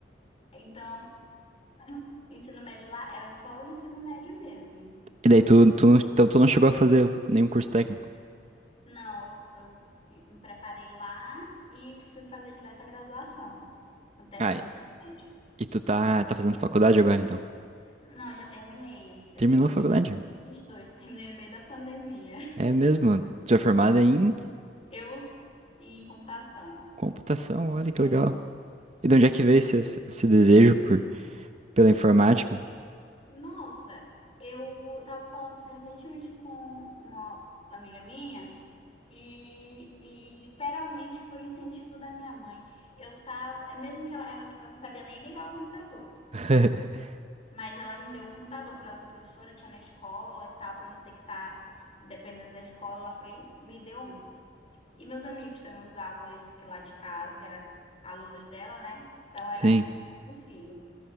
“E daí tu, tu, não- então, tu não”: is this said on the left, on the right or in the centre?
Right